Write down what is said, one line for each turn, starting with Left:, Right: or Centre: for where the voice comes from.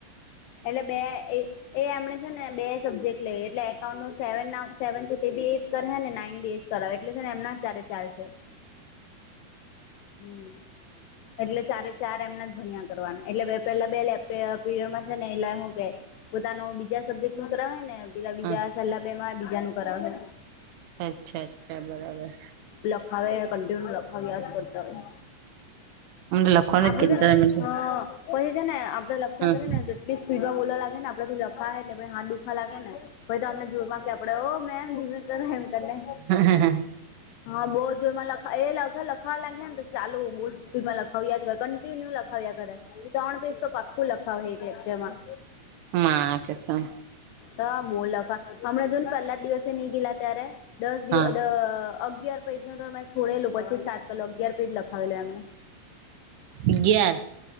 Left: એટલે બે. એ એમણે છે ને બે સબ્જેક્ટ લઈએ એટલે એકાઉન્ટ નું સેવ સેવન છે તે બી એજ કરે ને નાઈન બી એ. રા એટલે છે ને એમના ચારે ચાર છે. હમ. એટલે ચારે ચાર એમના જ ભણ્યા કરવાના એટલે બે પેલા બે પીરયડમાં છે ને એલે શું કે. પોતાનું બીજા સબ્જેક્ટ નું કરાવે ને પેલા બીજા
Right: હ
Left: સેલા બે માં બીજા નું કરાવે.
Right: અચ્છા અચ્છા બરાબર.
Left: હવે કન્ટિન્યૂ લખાવ્યા જ કરતા હોય.
Right: મને લખવાનું
Left: આપણું
Right: જ કંટાળો
Left: છે ને હમ. પછી છે ને આપણે લખ્યા
Right: આવે
Left: કરીએ ને એટલી સ્પીડ માં બોલવા લાગે ને આપડેથી લખાય જ નહી ને પછી હાથ દુખવા લાગે ને. પહિ તો અમને જોર માં કે આપડે હો મેમ ધીમે કર એમ કરીને.
Right: હ હ.
Left: હા બઉ જોરમાં લખ એ લખ લખાવા લાગ્યા ને ચાલુ બઉ સ્પીડ માં લખાવયા જ કરે કન. ટિન્યુ લખાવ્યા કરે ત્રણ પેજ તો પાક્કું લખાવ એક લેક્ચર માં.
Right: મા કસમ.
Left: હા બોલકા હમણાં જોન પહેલા જ દિવસે ની ગેલા ત્યારે દસ દિવ
Right: હા
Left: અગયાર. પેજ નું તોમે છોડેલું પછી સ્ટાર્ટ કરેલું અગિયાર પેજ લખાવેલો એમને.
Right: અગિયાર